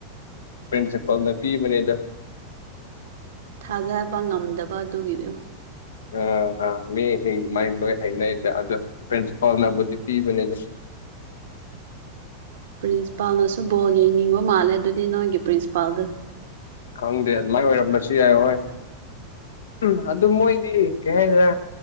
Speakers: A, on the left; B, on the right.
A: ꯄ꯭ꯔꯤꯟꯁꯤꯄꯥꯜꯅ ꯄꯤꯕꯅꯦꯗ
B: ꯊꯥꯖꯕ ꯉꯝꯗꯕ ꯑꯗꯨꯒꯤꯗꯨ
A: ꯑꯥ ꯑꯥ ꯃꯤꯁꯤꯡ ꯑꯗꯨꯃꯥꯏꯟ ꯂꯣꯏ ꯍꯥꯏꯅꯩꯗ ꯑꯗꯣ ꯄ꯭ꯔꯤꯟꯁꯤꯄꯥꯜꯅꯕꯨꯗꯤ ꯄꯤꯕꯅꯦꯗ
B: ꯄ꯭ꯔꯤꯟꯁꯤꯄꯥꯜꯅꯁꯨ ꯕꯣꯜ ꯌꯦꯡꯅꯤꯡꯕ ꯃꯥꯜꯂꯦ ꯑꯗꯨꯗꯤ ꯅꯣꯏꯒꯤ ꯄ꯭ꯔꯤꯟꯁꯤꯄꯥꯜꯗꯣ
A: ꯈꯪꯗꯦ ꯑꯗꯨꯃꯥꯏꯟ ꯑꯣꯏꯔꯝꯕꯁꯨ ꯌꯥꯏ ꯍꯣꯏ ꯎꯝ ꯑꯗꯨ ꯃꯣꯏꯗꯤ ꯀꯩ ꯍꯥꯏꯗ꯭ꯔꯥ